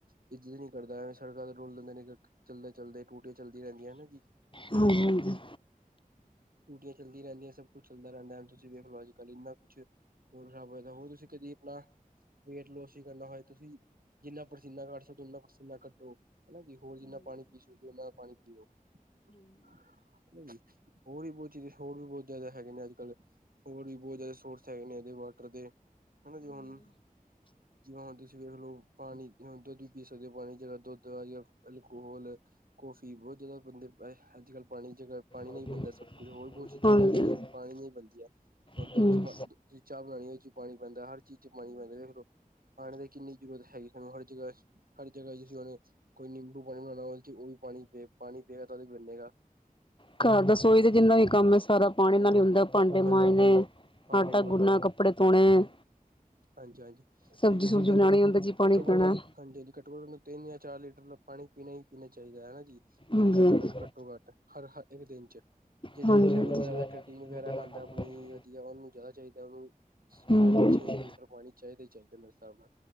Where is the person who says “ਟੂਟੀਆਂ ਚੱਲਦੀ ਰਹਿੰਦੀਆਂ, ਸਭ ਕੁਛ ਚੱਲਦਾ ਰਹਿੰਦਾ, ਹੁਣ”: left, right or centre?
Right